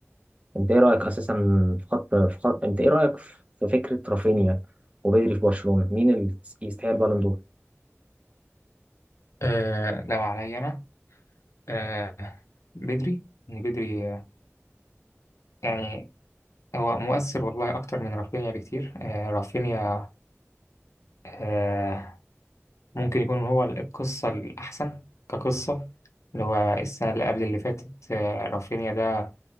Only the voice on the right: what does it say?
انت ايه رايك اساسا في خط في خط انت ايه رايك في في فكره رافينيا وبدري في برشلونه مين اللي يستاهل بالون دور